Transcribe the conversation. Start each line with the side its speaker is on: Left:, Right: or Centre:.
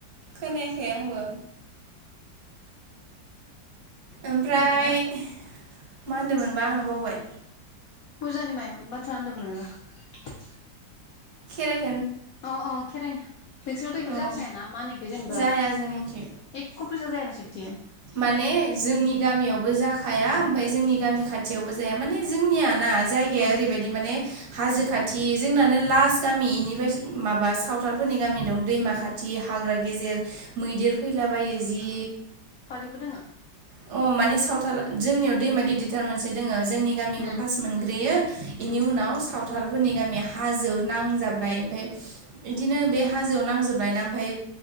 Right: खोनायाखै आंबो ओमफ्राय
Left: नोङो
Right: मा मोनदोंमोन बा आंओ?? बावबाय।
Left: बुरजानि माइ बाथ्रा होनदों मोन नोंओ।
Right: खेराइ।
Left: अ अ खेराइ। नोंसोरावथ' बेखौथ'
Right: औ
Left: जाखायाना? मा होनो? बेखोउ जेनेबा।
Right: जाया जोंनिखि
Left: एकको‌ पूजा जाया नोंसोरनि थिं?
Right: माने जोंनि गाम गामियावबो जाखाया, ओमफ्राय जोंनि गामि खाथियावबो जाया माने जोंनियानो ना जायगाया
Left: उम
Right: ओरैबादि माने, हाजो
Left: उम
Right: खाथि जोंनानो लास गामि इनि फ्राय माबा सावथालफोरनि गामि दं दैमा खाथि हाग्रा गेजेर। मैदेर फैलाबायो जि
Left: बो दोङो?
Right: अ माने सावथाल जोंनियाव दैमा गिदिरथार मोनसे दोङो। जोंनि गामिखौ
Left: उम
Right: फास्ट मोनग्रोयो।
Left: उम
Right: इनि उनाव सावथालफोरनि गामिया। हाजो नांजाबनाय ओमफाय। इदिनो बे हाजोआव नांजोबनाय ना ओमफाय।